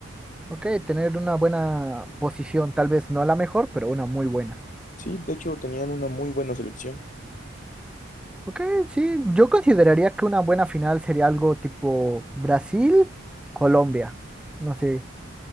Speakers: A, in the centre; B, on the left.
A: Ok, tener una buena posición, tal vez no la mejor, pero una muy buena.
B: Sí, de hecho tenían una muy buena selección.
A: Ok, sí, yo consideraría que una buena final sería algo tipo Brasil-Colombia, no sé,